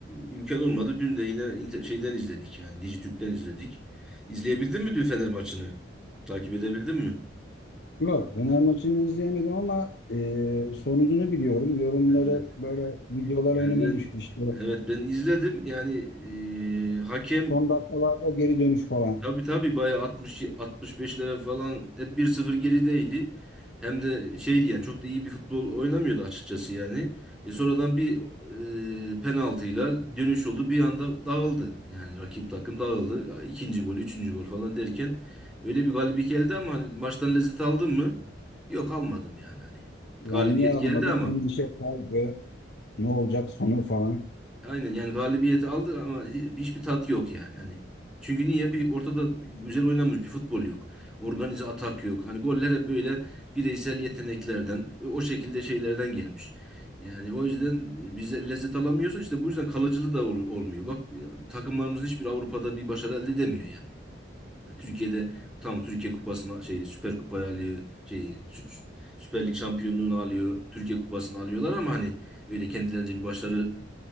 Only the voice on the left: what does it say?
Yok Fener maçını izleyemedim ama e, sonucunu biliyorum. Yorumları
böyle videolar
önüme
düştü işte.
Son dakikalarda geri dönüş falan.
Yani
niye ağlamadın?
Endişe, kaygı, ne olacak sonu falan.